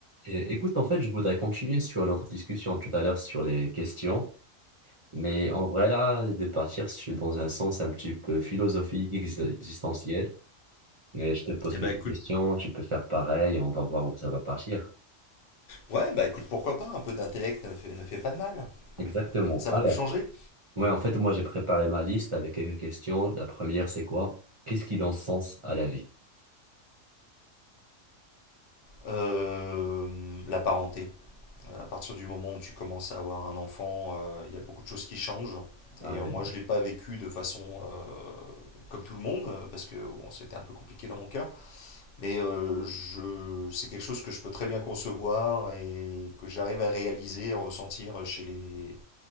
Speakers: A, on the right; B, on the left.
A: É- Écoute, en fait, je voudrais continuer sur notre discussion tout à l'heure sur les questions, mais en vrai, là, de partir sur, dans un sens un petit peu philosophique, ex- existentiel. Mais je te pose
B: Eh
A: quelques
B: ben écoute,
A: questions, tu peux faire pareil, on va voir où ça va partir.
B: ouais, bah écoute, pourquoi pas, un peu d'intellect ne fait, ne fait pas de mal.
A: Exactement.
B: Ça va
A: Allez.
B: nous changer.
A: Ouais, en fait, moi, j'ai préparé ma liste avec quelques questions. La première, c'est quoi? Qu'est-ce qui donne sens à la vie?
B: Euh, la parenté. Euh, À partir du moment où tu commences à avoir un enfant, euh, il y a beaucoup de choses qui changent.
A: Allez.
B: Et euh, moi, je ne l'ai pas vécu de façon euh, comme tout le monde, euh, parce que bon, c'était un peu compliqué dans mon cas. Mais euh, je, c'est quelque chose que je peux très bien concevoir et que j'arrive à réaliser, à ressentir chez les,